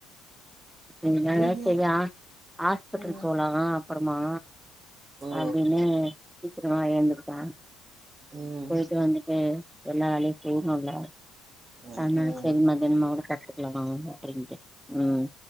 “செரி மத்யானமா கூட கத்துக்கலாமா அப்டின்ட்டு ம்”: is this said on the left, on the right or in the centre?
Centre